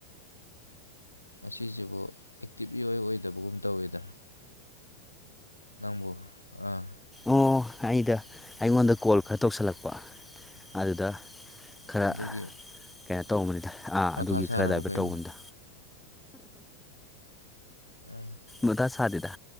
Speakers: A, on the left; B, in the centre.
A: ꯑꯁꯤꯁꯤꯕꯨ ꯑꯦꯛꯇꯤꯞꯂꯤꯏ ꯑꯣꯏꯗꯕꯒꯨꯝ ꯇꯧꯋꯤꯗꯅ ꯅꯪꯝꯕꯣ ꯑꯥ
B: ꯑꯣ ꯑꯩꯗ ꯑꯩꯉꯣꯟꯗ ꯀꯣꯜ ꯈꯔ ꯇꯧꯁꯜꯂꯛꯄ ꯑꯗꯨꯗ ꯈꯔ
A: ꯑꯗꯨꯒꯤ
B: ꯀꯩꯅꯣ ꯇꯧꯕꯅꯤꯗ ꯑꯥ
A: ꯃꯊꯥ
B: ꯑꯗꯨꯒꯤ
A: ꯁꯥꯔꯕ
B: ꯈꯔ ꯗꯥꯏꯚ꯭ꯔꯠ
A: ꯀꯩꯅꯣ
B: ꯇꯧꯕꯅꯤꯗ
A: ꯎꯝ
B: ꯃꯙꯥ ꯁꯥꯗꯗ